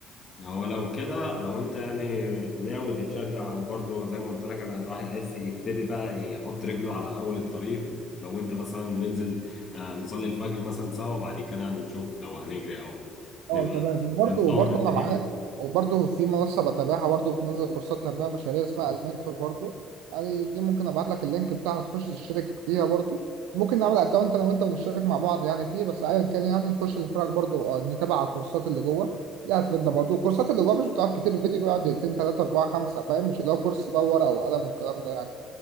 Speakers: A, on the left; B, on the right.
A: هو لو كده لو انت يعني ناوي تتشجع وبرضه زي ما قلت لك انا الواحد عايز يبتدي بقى يحط رجله على اول الطريق ولو انت مثلا ننزل آه، نصلي الفجر مثلا سوا وبعد كده نشوف لو هنجري او نبقى
B: اه تمام وبرضه
A: بندور
B: وبرضه
A: من دنيتنا
B: انا معايا وبرضه في منصه بتابعها برضه بتنزل كورسات تنميه بشريه اسمها المنتور برضه يعني دي ممكن ابعت لك اللينك بتاعها تخش تشترك فيها برضه ممكن نعمل اكونت انا وانت ونشترك مع بعض يعني فيه بس ايا كان يعني نخش نتفرج برضه آه، نتابع على الكورسات اللي جوه دي هتفيدنا برضه الكورسات اللي جوه مش بتقعد كتير الفيديو بيقعد دقيقتين ثلاثه اربعه خمسه فاهم مش اللي هو كورس بقى ورقه وقلم والكلام ده يعني